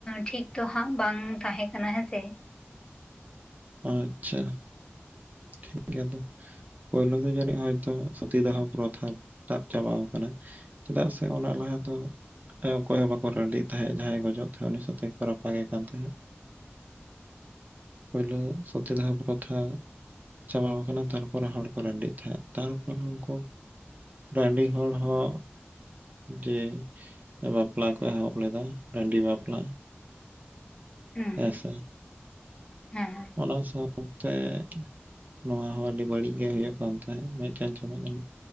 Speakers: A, on the left; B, on the right.
A: ᱴᱷᱤᱠ ᱫᱚ ᱦᱟᱸᱜ ᱵᱟᱝ ᱛᱟᱦᱮᱸ ᱠᱟᱱᱟ ᱦᱮᱸᱥᱮ?
B: ᱟᱪᱪᱷᱟ᱾ ᱴᱷᱤᱠ ᱜᱮᱭᱟ ᱫᱳ᱾ ᱯᱳᱭᱞᱳ ᱫᱚ ᱡᱟᱹᱱᱤᱡ ᱦᱚᱭᱛᱚ ᱥᱚᱛᱤᱫᱟᱦᱚ ᱯᱨᱚᱛᱷᱟ ᱴᱟᱜ ᱪᱟᱵᱟᱣ ᱟᱠᱟᱱᱟ᱾ ᱪᱮᱫᱟᱜ ᱥᱮ ᱚᱱᱟ ᱞᱟᱦᱟ ᱫᱚ ᱚᱠᱚᱭ ᱦᱚᱸ ᱵᱟᱠᱚ ᱨᱟᱺᱰᱤᱜ ᱛᱟᱦᱮᱸᱫ ᱡᱟᱦᱟᱸᱭ ᱜᱚᱡᱚᱜ ᱛᱟᱦᱮᱸᱫ ᱩᱱᱤ ᱥᱟᱛᱮᱜ ᱠᱚ ᱨᱟᱯᱟᱜ ᱮ ᱠᱟᱱ ᱛᱟᱦᱮᱸᱫ᱾ ᱯᱳᱭᱞᱳ ᱥᱚᱛᱤᱫᱟᱦᱚ ᱯᱨᱚᱛᱷᱟ᱾ ᱪᱟᱵᱟᱣ ᱠᱟᱱᱟ ᱛᱟᱨᱯᱚᱨᱮ ᱦᱚᱲ ᱠᱚ ᱨᱟᱺᱰᱤᱜ ᱛᱟᱦᱮᱸᱫ ᱛᱟᱨᱯᱚᱨᱮ ᱱᱩᱠᱩ ᱨᱟᱺᱰᱤ ᱦᱚᱲ ᱦᱚᱸ ᱡᱮ ᱵᱟᱯᱞᱟ ᱠᱚ ᱮᱦᱚᱵ ᱞᱮᱫᱟ ᱨᱟᱺᱰᱤ ᱵᱟᱯᱞᱟ᱾
A: ᱦᱮᱸ
B: <unintelligible>
A: ᱦᱮᱸ
B: ᱚᱱᱟ ᱥᱟᱶᱛᱮ ᱱᱚᱣᱟ ᱦᱚᱸ ᱟᱹᱰᱤ ᱵᱟᱹᱲᱤᱡ ᱜᱮ ᱦᱳᱭᱳᱜ ᱠᱟᱱ ᱛᱟᱦᱮᱸᱫ ᱢᱤᱫᱴᱟᱝ ᱪᱟᱵᱟ ᱠᱟᱱᱟ᱾